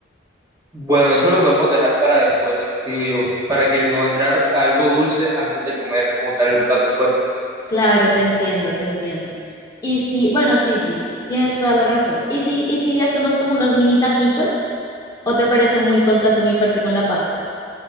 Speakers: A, on the right; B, on the left.
A: Bueno, eso lo podemos dejar para después, digo yo, para que no entrar algo dulce antes de comer como tal el plato fuerte.
B: Claro, te entiendo, te entiendo. Y sí bueno, sí, sí, sí, tienes toda la razón. ¿Y si, y si hacemos como unos mini taquitos? ¿O te parece muy contraste muy fuerte con la pasta?